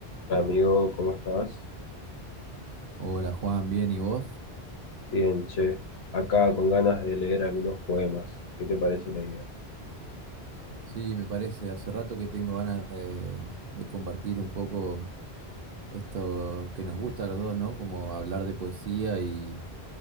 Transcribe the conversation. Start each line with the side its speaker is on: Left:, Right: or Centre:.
Left: Hola amigo, ¿cómo estás?
Right: Hola Juan, bien, ¿y vos?
Left: Bien, che. Acá con ganas de leer algunos poemas. ¿Qué te parece la idea?
Right: Sí, me parece, hace rato que tengo ganas de, de compartir un poco esto que nos gusta a los dos, ¿no? Como hablar de poesía y,